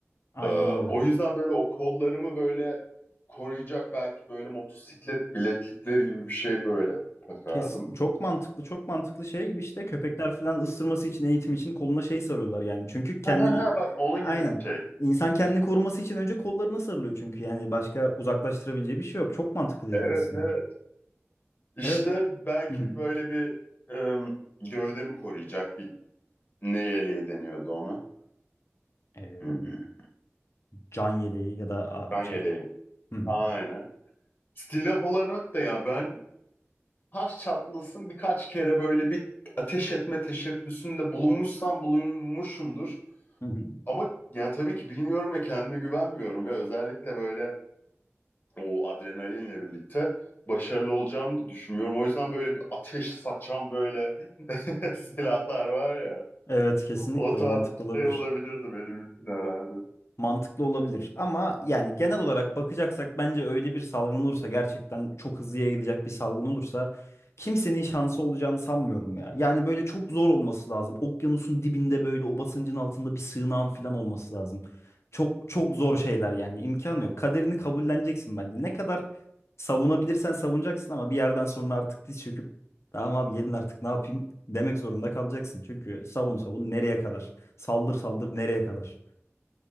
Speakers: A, on the left; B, on the left.
A: Aynen
B: Ee,
A: öyle.
B: o yüzden böyle o kollarımı böyle koruyacak belki böyle motosiklet bileklikleri gibi bir şey böyle takardım.
A: Kesin, çok mantıklı çok mantıklı şey gibi işte köpekler falan ısırması için eğitim için koluna şey sarıyorlar yani. Çünkü kendini
B: Ha ha ha bak onun
A: aynen
B: gibi bir şey.
A: insan kendini koruması için önce kollarına sarılıyor çünkü yani başka uzaklaştırabileceği bir şey yok. Çok mantıklı dedin
B: Evet
A: aslında.
B: evet. İşte
A: Evet.
B: belki
A: Hı hı.
B: böyle bir ım, gövdemi koruyacak bir ne yeleği deniyordu ona.
A: Ee,
B: Hmm,
A: can yeleği ya da a,
B: Kan
A: şey.
B: yeleği.
A: Hı hı.
B: Aynen. Silah olarak da ya ben taş çatlasın birkaç kere böyle bir ateş etme teşebbüsünde bulunmuşsam bulunmuşumdur.
A: Hı hı.
B: Ama yani tabii ki bilmiyorum ve kendime güvenmiyorum ve özellikle böyle o adrenalinle birlikte başarılı olacağımı düşünmüyorum. O yüzden böyle bir ateş saçan böyle <laughs> silahlar var ya.
A: Evet kesinlikle
B: O tarz
A: o mantıklı
B: bir
A: olabilir.
B: şey olabilirdi benim için herhalde.
A: Mantıklı olabilir ama yani genel olarak bakacaksak bence öyle bir salgın olursa gerçekten çok hızlı yayılacak bir salgın olursa kimsenin şansı olacağını sanmıyorum ya. Yani böyle çok zor olması lazım. Okyanusun dibinde böyle o basıncın altında bir sığınağın falan olması lazım. Çok çok zor şeyler yani imkan yok. Kaderini kabulleneceksin bence. Ne kadar savunabilirsen savunacaksın ama bir yerden sonra artık diz çöküp tamam abi gelin artık ne yapayım demek zorunda kalacaksın. Çünkü savun savun nereye kadar? Saldır saldır nereye kadar?